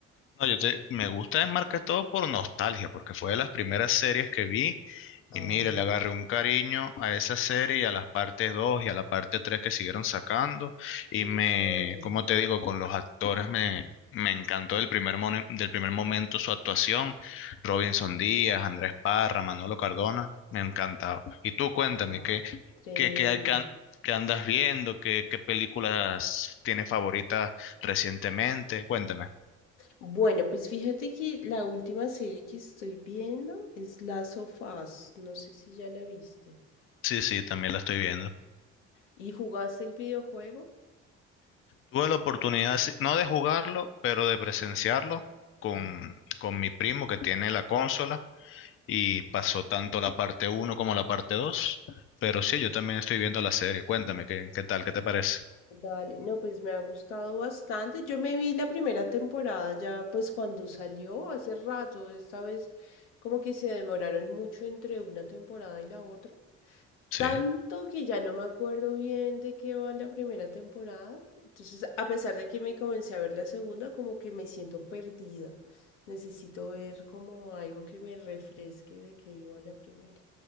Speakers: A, on the left; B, on the left.
A: No, yo te- me gusta es todo por nostalgia, porque fue de las primeras series que vi
B: Ah,
A: y mire, le agarré un cariño a esa serie y a las partes 2 y a la parte 3 que siguieron sacando y
B: en
A: me,
B: serio.
A: como te digo, con los actores me, me encantó del primer, mone- del primer momento su actuación, Robinson Díaz, Andrés Parra, Manolo Cardona, me encantaba. Y tú cuéntame,
B: Ah,
A: ¿qué,
B: tremendo.
A: qué, qué, hay que an- qué andas viendo? ¿Qué, qué películas tienes favoritas recientemente? Cuéntame.
B: Bueno, pues fíjate que la última serie que estoy viendo es Last of Us. No sé si ya la viste.
A: Sí, sí, también la estoy viendo.
B: ¿Y jugaste el videojuego?
A: Tuve la oportunidad, sí, no de jugarlo, pero de presenciarlo con,
B: No.
A: con mi primo que tiene la consola y pasó tanto la parte uno como la parte 2. Pero sí, yo también estoy viendo la serie. Cuéntame, ¿qué, qué tal? ¿Qué te parece?
B: Dale, no, pues me ha gustado bastante. Yo me vi la primera temporada ya, pues cuando salió hace rato. Esta vez como que se demoraron mucho entre una temporada y la otra.
A: Sí.
B: Tanto que ya no me acuerdo bien de qué va la primera temporada. Entonces, a pesar de que me comencé a ver la segunda, como que me siento perdida. Necesito ver como algo que me refresque de qué iba la primera.